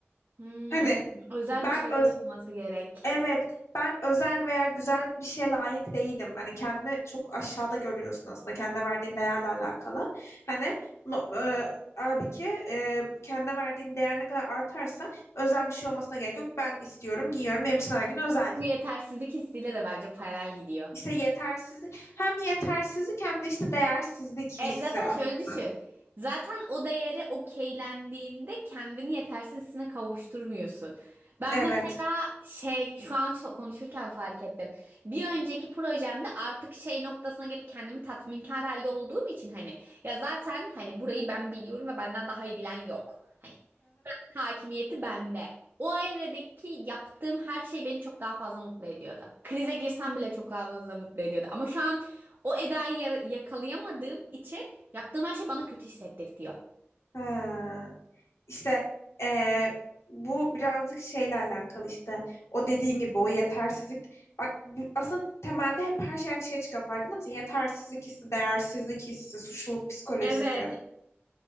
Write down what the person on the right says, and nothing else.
Hmm,
özel
bir şeyler
olması gerek.
Bu yetersizlik hissiyle de bence paralel gidiyor.
E,
zaten
şöyle düşün. Zaten o değeri okeylendiğinde kendini yetersiz hissine kavuşturmuyorsun. Ben
mesela şey şu an so- konuşurken fark ettim. Bir önceki projemde artık şey noktasına gelip kendimi tatminkar halde olduğum için hani ya zaten hani burayı ben biliyorum ve benden daha iyi bilen yok. Hani hakimiyeti bende. O Emre'deki yaptığım her şey beni çok daha fazla mutlu ediyordu. Krize girsem bile çok daha fazla mutlu ediyordu. Ama şu an o Eda'yı yara- yakalayamadığım için yaptığım her şey bana kötü hissettirtiyor.
Evet.